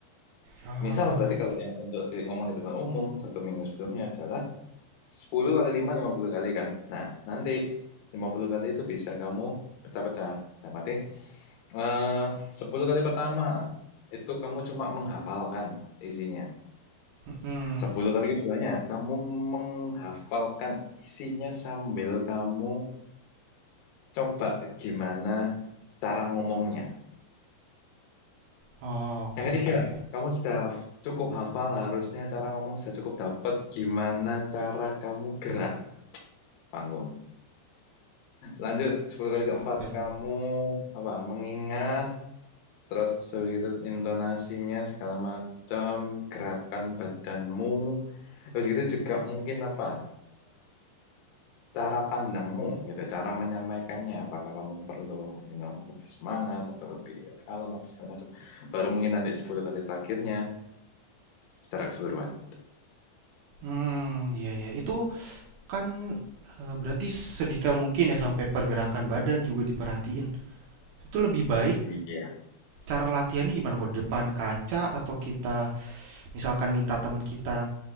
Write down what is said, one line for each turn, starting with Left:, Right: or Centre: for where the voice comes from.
Right: Ah,
Left: Misal berarti kalau yang untuk di, ngomong di depan umum satu minggu sebelumnya adalah 10 kali lima, 50 kali kan. Nah, nanti 50 kali itu bisa kamu pecah-pecah. Dalam arti, eh, Sepuluh kali pertama itu kamu cuma menghafalkan isinya.
Right: mm-mm.
Left: Sepuluh kali keduanya, kamu menghafalkan isinya sambil kamu coba gimana cara ngomongnya.
Right: Oh, oke
Left: Yang ketiga,
Right: oke.
Left: kamu sudah haf- cukup hafal harusnya cara ngomong sudah cukup dapat gimana cara kamu gerak panggung. Lanjut, sepuluh kali keempat,
Right: Detail.
Left: kamu apa mengingat terus terus gitu intonasinya segala macam gerakan badanmu. Terus gitu juga mungkin apa? cara pandangmu gitu, cara menyampaikannya, apakah kamu perlu, you know, lebih semangat atau lebih kalem apa segala macam. Baru mungkin nanti 10 kali terakhirnya secara keseluruhan.
Right: Hmm, iya ya. Itu kan eh, berarti sedetail mungkin ya sampai pergerakan badan juga diperhatiin. Itu lebih baik
Left: Iya.
Right: cara latihannya gimana kok? Depan kaca atau kita misalkan minta teman kita